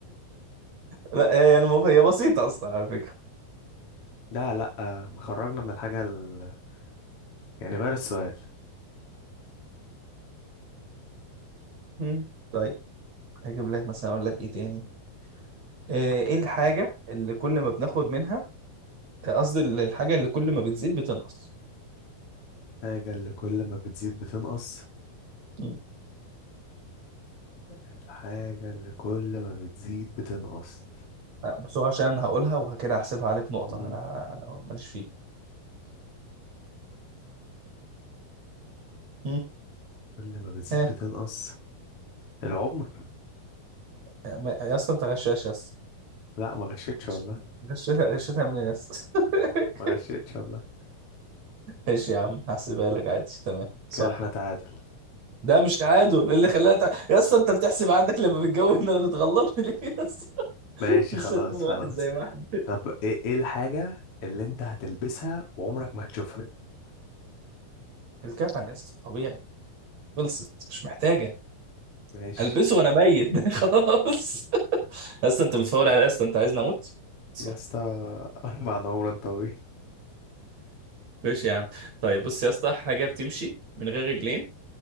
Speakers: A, on the right (about 45°); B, on the left (about 40°).
A: لا يعني الموضوع- هي بسيطة اصلا على فكرة
B: لا لا ما خرجنا من الحاجة ال... يعني غير السؤال
A: <laughs> طيب هجيب لك مثلا اقول لك ايه تاني آه، ايه الحاجة اللي كل ما بناخد منها آه، قصدي ال- الحاجة اللي كل ما بتزيد بتنقص
B: الحاجة اللي كل ما بتزيد بتنقص
A: مم.
B: الحاجة اللي كل ما بتزيد بتنقص
A: آه، بسرعة عشان انا هقولها وكده هحسبها عليك نقطة
B: مم.
A: انا انا ماليش فيه مم.
B: كل ما بتزيد
A: ها
B: بتنقص العمر
A: آه، ما- يا اسطى انت غشاش يا اسطى
B: لا ما غشيتش
A: غش-
B: والله
A: غشيتها غشيتها منين يا اسطى <laughs>
B: ما غشيتش والله
A: ماشي يا عم هحسبها لك عادي تمام صح
B: كده احنا تعادل
A: ده مش تعادل إيه اللي خلاها تع... يا اسطى انت بتحسب عندك لما بتجوز انك بتغلط ليه يا اسطى <laughs>
B: ماشي
A: لسه
B: خلاص
A: اتنين واحد
B: خلاص
A: زي واحد
B: طب ايه ايه الحاجة اللي انت هتلبسها وعمرك ما هتشوفها
A: الكفن يا اسطى طبيعي خلصت مش محتاجة
B: ماشي
A: هلبسه وانا ميت <laughs> خلاص يا اسطى انت بتفاول على يا اسطى انت عايزني اموت صح
B: يا اسطى <laughs> بعد عمر طويل
A: ماشي يا عم طيب بص يا اسطى حاجه بتمشي من غير رجلين